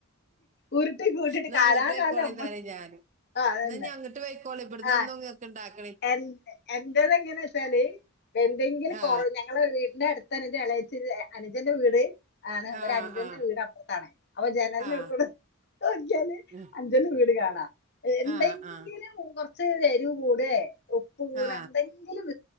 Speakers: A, on the left; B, on the right.
A: ഉരുട്ടി കൂട്ടിട്ട്
B: എന്ന
A: കാലാകാലം
B: അങ്ങട്ട് പൊയ്ക്കോളിന്നെ
A: നമ്മൾ
B: പറയും ഞാന്
A: ആ അതന്നെ
B: ന്നാഞങ്ങട്ട് പൊയ്ക്കോളി ഇവിടന്ന്
A: ആ
B: ഒന്നുംണ്ടാക്ക
A: എ എന്തന്ന്എങ്ങാ വെച്ചാല് എന്തെങ്കിലും
B: ആ
A: കൊറവ ഞങ്ങള് വീ എന്റെ അടുത്ത് അനിജളച്ച അനുജന്റെ വീട് <inaudible> ആണ് ഒരു
B: ആ
A: അനുജന്റെ
B: ആ
A: വീട്പ്പറത്താണ് അപ്പൊ ജനലനാത്തൂടെ
B: ആ
A: നോക്കിയാല്
B: ഉം.
A: അഞ്ജന് വീട് കാണ എന്തെങ്കിലും
B: ആ ആ
A: കുറച്ച് എരിവ് കൂടെ ഉപ്പ് കൂട
B: ആ
A: എന്തെങ്കിലും